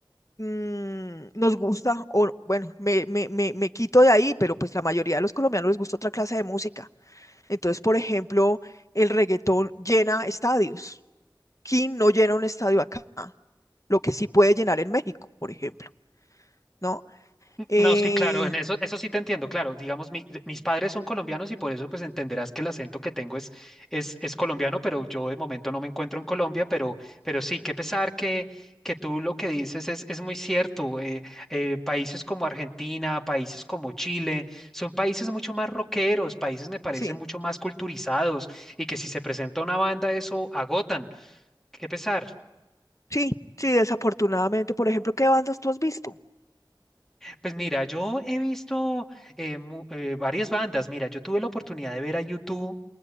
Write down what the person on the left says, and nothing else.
mm, nos gusta, o bueno, me, me, me, me quito de ahí, pero pues la mayoría de los colombianos les gusta otra clase de música. Entonces, por ejemplo, el reggaetón llena estadios. King no llena un estadio acá, lo que sí puede llenar en México, por ejemplo. ¿no? Eh,
sí,
sí, sí, desafortunadamente. Por ejemplo, ¿qué bandas tú has visto?